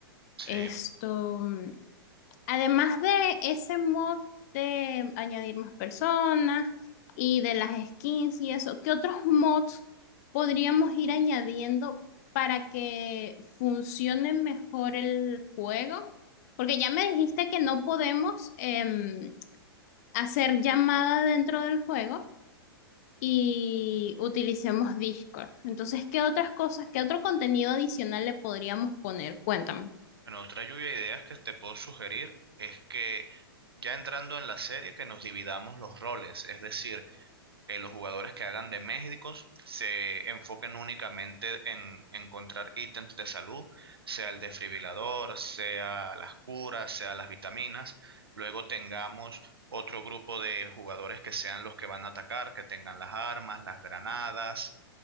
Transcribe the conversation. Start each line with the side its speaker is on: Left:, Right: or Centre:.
Right: Sí.
Left: Esto. mm, Además de ese mod de añadir más personas y de las skins y eso, ¿qué otros mods podríamos ir añadiendo para que funcione mejor el juego? Porque ya me dijiste que no podemos em, hacer llamada dentro del juego y utilicemos Discord. Entonces, ¿qué otras cosas, qué otro contenido adicional le podríamos poner? Cuéntame.
Right: Bueno, otra lluvia de ideas que te puedo sugerir es que ya entrando en la serie, que nos dividamos los roles, es decir, eh, los jugadores que hagan de médicos se enfoquen únicamente en encontrar ítems de salud, sea el desfibrilador, sea las curas, sea las vitaminas. Luego tengamos otro grupo de jugadores que sean los que van a atacar, que tengan las armas, las granadas,